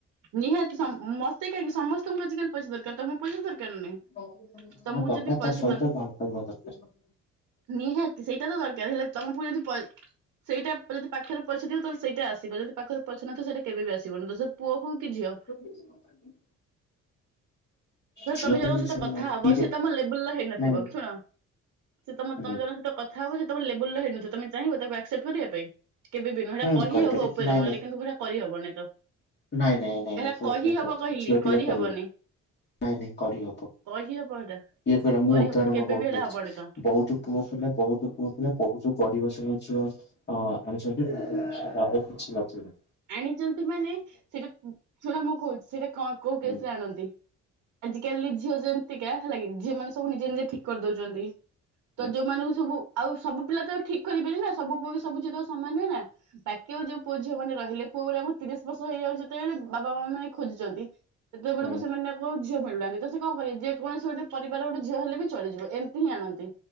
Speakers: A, on the right; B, on the left.
A: ନିହାତି ସମ୍ ମତେ କାହିଁକି ସମସ୍ତଙ୍କୁ ଆଜିକାଲି ପଇସା ଦରକାର ତମକୁ ପଇସା ଦରକାର ନାହିଁ
B: ହଁ
A: ତମକୁ
B: ଦରକାର
A: ଯଦି ପଇସା
B: ତା ସହିତ
A: ଦର
B: ଭଲ ପାଇବା ଦରକାର।
A: ନିହାତି ସେଇଟା ତ ଦରକାର ହେଲେ ତମ ପ ଯଦି ସେଇଟା ଯଦି ପାଖରେ ପଇସା ଥିବ ତ ସେଇଟା ଆସିବ ଯଦି ପାଖରେ ପଇସା ନଥାଏ ସେଟା କେବେ ବି ଆସିବନି ତ ସେ ପୁଅ ହଉ କି ଝିଅ।
B: <unintelligible>
A: ଧର
B: ଝିଅ
A: ତମେ ଜଣଙ୍କ
B: ପାଇଁ
A: ସହିତ
B: ସବୁ
A: କଥା ହବ
B: ଦିରେ
A: ସେ ତମ ଲେବୁଲର ହେଇନଥିବ
B: ନାଇଁ
A: ଶୁଣ ସେ ତମ
B: ହୁଁ
A: ତମ ଜଣଙ୍କ ସହିତ କଥା ହବ ସେ ତମେ ଲେବୁଲର ହେଇନଥିବ ତମେ ଚାହିଁବ ତାକୁ ଆକ୍ସେପ୍ଟ କରିବା ପାଇଁ। କେବେବି ନୁହଁ ହେଇଟା
B: ହୁଁ
A: କହି
B: କରିପାରିବି
A: ହବ ଉପରେ
B: ନାଇଁ
A: ମୁହଁରେ
B: ନାଇଁ
A: କିନ୍ତୁ ହେଟା କରିହବନି ତ।
B: ନାଇଁ ନାଇଁ ନାଇଁ
A: ଏଟା
B: ନାଇଁ ପୁଅ
A: କହିହବ
B: ପିଲା କରିଚୁ
A: କହିଲି
B: ଝିଅ ପିଲା
A: କରିହବନି
B: କରିହବନି। ନାଇଁ ନାଇଁ କରିହବ କିଏ
A: କହିହବ ଏଟା
B: କହିଲା ମୁଁ
A: କରିହବନି
B: ଉଦାହରଣ
A: କେବେ
B: ବହୁତ
A: ବି ଏଟା
B: ଦେଖିଛି
A: ହବନି ତ
B: ବହୁତ ପୁଅ ପିଲେ ବହୁତ ପୁଅ ପିଲା ବହୁତ ଯୋଉ ଗରିବ ଶ୍ରେଣୀ ଝିଅ ହଁ ଆଣିଛନ୍ତି ତା ପାଖରେ କିଛି ନଥିବ।
A: ଆଣିଛନ୍ତି ମାନେ ସେଇଟା ଶୁଣ ମୁଁ କହୁଛି ସେଇଟା କଣ କୋଉ କେସରେ
B: ହୁଁ ହୁଁ
A: ଆଣନ୍ତି। ଆଜିକାଲି ଝିଅ ଯେମତିକା ହେଲା କିି ଝିଅ ମାନେ ସବୁ ନିଜେ ନିଜେ ଠିକ କରିଦଉଛନ୍ତି।
B: ହୁଁ
A: ତ ଯୋଉମାନଙ୍କୁ ସବୁ ଆଉ ସବୁ ପିଲା ତ ଆଉ ଠିକ କରିବେନି ନା ସବୁ ପୁଅ ସବୁ ସମାନେ ନା ବାକି ଆଉୋ ଯୋଉ ପୁଅ ଝିଅ ମାନେ ରହିଲେ ପୁଅଗୁରାଙ୍କୁ ତିରିଶ ବର୍ଷ ହେଇଯାଉଛି। ସେତେବେଳେ ବାବା ମା ମାନେ ଖୋଜୁଛନ୍ତି ସେତେବେଳକୁ
B: ହୁଁ।
A: ସେମାନେ ପୁଅ ଆଉ ଝିଅ ମିଳୁନାହାନ୍ତି ତ ସେ କଣ କରିବେ ଯେକୌଣସି ଗୋଟେ ପରିବାର ଗୋଟେ ଝିଅ ହେଲେ ବି ଚଳିଯିବ ଏମତି ହିଁ ଆଣନ୍ତି।